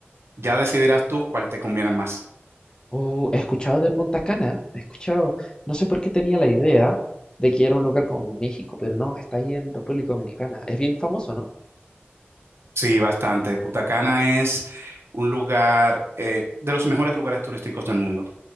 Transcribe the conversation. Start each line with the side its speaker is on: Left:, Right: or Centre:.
Right: Ya decidirás tú cuál te conviene más.
Left: Oh, he escuchado de Punta Cana, he escuchado, no sé por qué tenía la idea de que era un lugar como en México, pero no, está ahí en República Dominicana. Es bien famoso, ¿no?
Right: Sí, bastante. Punta Cana es un lugar eh, de los mejores lugares turísticos del mundo.